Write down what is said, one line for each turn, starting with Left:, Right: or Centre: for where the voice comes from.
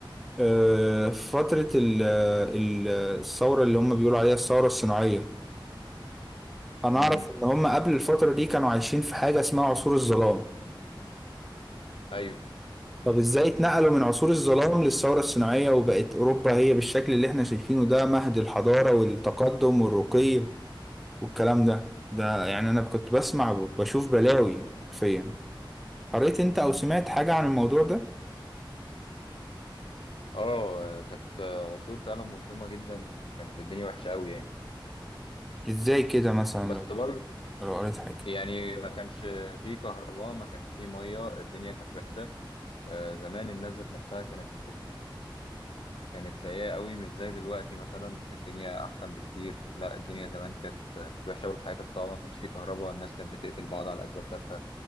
Centre: آه، فترة ال- ال- الثورة اللي هم بيقولوا عليها الثورة الصناعية انا
Left: امم
Centre: اعرف ان هم قبل الفترة دي كانوا عايشين في حاجة اسمها عصور الظلام
Left: ايوه
Centre: طب ازاي اتنقلوا من عصور الظلام للثورة الصناعية وبقت اوروبا هي بالشكل اللي احنا شايفينه ده مهد الحضارة والتقدم والرقي والكلام ده ده يعني انا كنت بسمع بشوف بلاوي حرفيا قريت انت او سمعت حاجة عن الموضوع ده
Left: اه كانت عصور فعلا مظلمه جدا كانت الدنيا وحشه قوي يعني
Centre: ازاي كده مثلا
Left: بس
Centre: لو
Left: برضه
Centre: لو قريت حاجة
Left: يعني ما كانش في كهرباء ما كانش في ميه الدنيا كانت وحشه آه، زمان الناس ذات نفسها كانت كانت سيئه قوي مش زي دلوقتي مثلا الدنيا احسن بكتير لا الدنيا زمان كانت وحشه والحياه كانت صعبه ما كانش في كهرباء الناس كانت بتقتل بعض على اسباب تافهه